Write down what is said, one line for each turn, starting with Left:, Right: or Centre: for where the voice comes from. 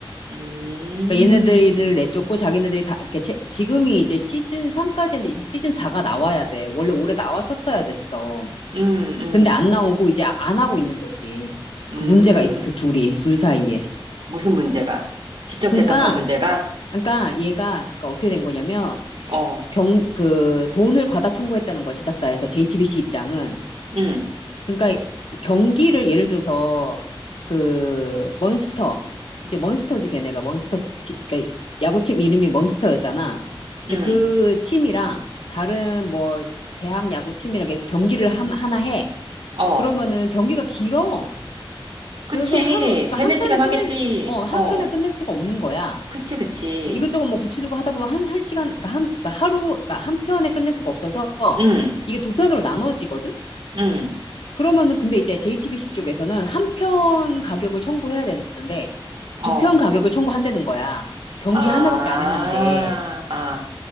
Right: 음.
Left: 그러니까 얘네들을 내쫓고 자기네들이 다 이렇게 채- 지금이 이제 시즌 3까지인데 이제 시즌 4가 나와야 돼. 원래 올해 나왔었어야 됐어.
Right: 음. 음.
Left: 근데 안 나오고 이제 안 하고 있는 거지.
Right: 음.
Left: 그 문제가 있어서 둘이 둘 사이에.
Right: 무슨 문제가? 지적재산권
Left: 그러니까
Right: 문제가?
Left: 그러니까 얘가 그러니까 어떻게 된 거냐면
Right: 어.
Left: 경 그 돈을 과다 청구했다는 거야 제작사에서 JTBC 입장은
Right: 음.
Left: 그러니까 경기를 예를 들어서 그 먼스터 이제 먼스터지 걔네가 먼스터 티- 그러니까 야구팀 이름이 먼스터였잖아.
Right: 음.
Left: 근데 그 팀이랑 다른 뭐 대학 야구팀이랑 이렇게 경기를 함- 하나 해.
Right: 어,
Left: 그러면은 경기가 길어.
Right: 그치.
Left: 그래서 하루 그러니까
Right: 세네
Left: 한 편에
Right: 시간
Left: 끝낼
Right: 하겠지.
Left: 어, 한
Right: 어,
Left: 편에 끝낼 수가 없는 거야.
Right: 그치, 그치.
Left: 이것저것 뭐 붙이두고 하다 보면 한, 한 시간, 그러니까 한, 그러니까 하루, 그러니까 한 편에 끝낼 수가 없어서
Right: 응,
Left: 이게 두 편으로 나눠지거든?
Right: 응,
Left: 그러면은 근데 이제 JTBC 쪽에서는 한 편 가격을 청구해야 되는데
Right: 어.
Left: 두 편 가격을 청구한다는 거야. 경기
Right: 아,
Left: 하나밖에 안 했는데.
Right: 아.